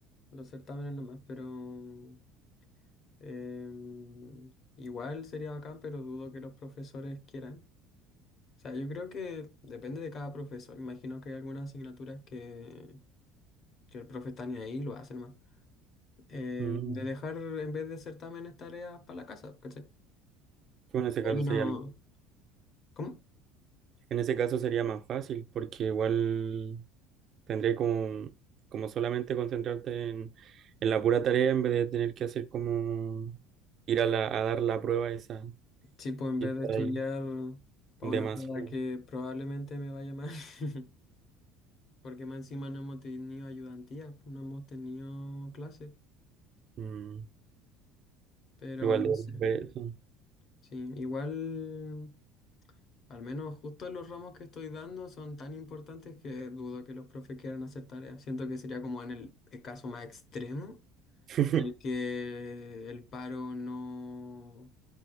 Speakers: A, on the left (about 30°); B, on the right (about 30°).
A: los certámenes nomás, pero mm, Em, igual sería bacán, pero dudo que los profesores quieran. O sea, yo creo que depende de cada profesor. Imagino que hay algunas asignaturas que, que el profe está ni ahí, lo hacen más. Em,
B: Mm.
A: de dejar, en vez de certámenes, tareas para la casa, ¿cachai?
B: Pues en ese
A: Hay
B: caso
A: uno...
B: sería,
A: ¿Cómo?
B: en ese caso sería más fácil porque igual tendré como, como solamente concentrarte en, en la pura tarea en vez de tener que hacer como ir a, la, a dar la prueba esa
A: Sí, pues en
B: y
A: vez
B: estar
A: de estudiar
B: ahí
A: para
B: demasiado.
A: una prueba que probablemente me vaya mal, <laughs> porque más encima no hemos tenido ayudantía, no hemos tenido clases,
B: Mm,
A: pero
B: igual
A: no
B: de
A: sé.
B: ver eso.
A: Sí, igual... Al menos justo los ramos que estoy dando son tan importantes que dudo que los profes quieran hacer tareas. Siento que sería como en el, el caso más extremo,
B: <laughs>
A: en el que el paro no